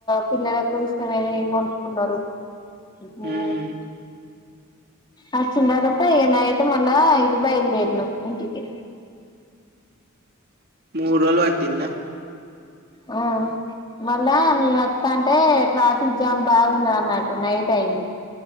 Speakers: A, on the left; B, on the right.
A: పిల్లలకు ఇష్టమైవి ఇన్ కొనుక్కున్నారు ఇబో
B: హ్మ్
A: ఆ చిన్ తర్వాత ఇగ నైట్ మళ్ళా ఇటు బయలుదేరినాం ఇంటికి
B: మూడు రోజులు పట్టిందా
A: ఆ మళ్ళా మీ వత్త అంటే ట్రాఫిక్ జామ్ బాగున్న అన్నట్టు నైట్ అయింది